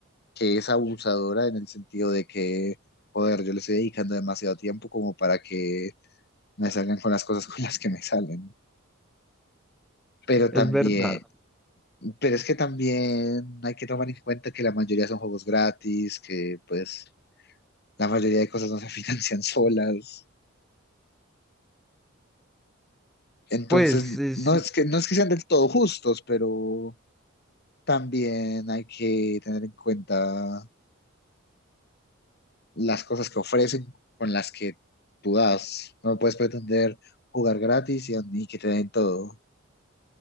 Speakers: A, on the left; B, in the centre.
A: que es abusadora en el sentido de que, joder, yo le estoy dedicando demasiado tiempo como para que me salgan con las cosas con las que me salen. Pero
B: Es
A: también
B: verdad.
A: Pero es que también hay que tomar en cuenta que la mayoría son juegos gratis, que pues la mayoría de cosas no se <laughs> financian solas. Entonces,
B: Pues eh,
A: no
B: sí,
A: es que, no es que sean del todo justos, pero también hay que tener en cuenta las cosas que ofrecen con las que tú das. No puedes pretender jugar gratis y, y que te den todo.